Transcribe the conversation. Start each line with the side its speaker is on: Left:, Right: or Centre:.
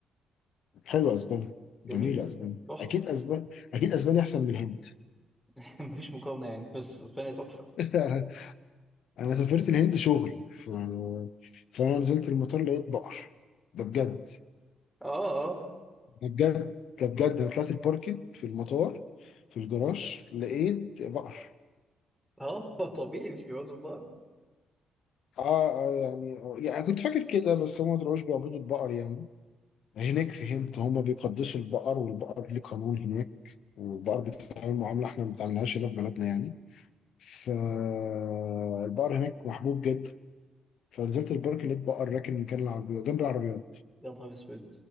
Left: حلوه اسبانيا جميله
Centre: جميله
Left: اسبانيا
Centre: تحفه
Left: اكيد اسبانيا اكيد اسبانيا احسن من الهند
Centre: <laughs> مفيش مقارنه يعني بس اسبانيا تحفه
Left: <laughs> انا سافرت الهند شغل ف... فانا نزلت المطار لقيت بقر ده بجد
Centre: اه اه
Left: ده بجد ده بجد انا طلعت الباركينج في المطار في الجراج لقيت بقر
Centre: اه <laughs> طبيعي مش بيقعدوا بقى
Left: اه آه، يعني يعني كنت فاكر كده بس هم ما طلعوش بيعبدوا البقر يعني هناك فهمت هم بيقدسوا البقر والبقر ليه قانون هناك والبقر بيتعامل معاملة احنا ما بنتعاملهاش هنا في بلدنا يعني فالبقر هناك محبوب جدا فنزلت البارك لقيت بقر راكن مكان العربية جنب العربيات
Centre: يا نهار اسود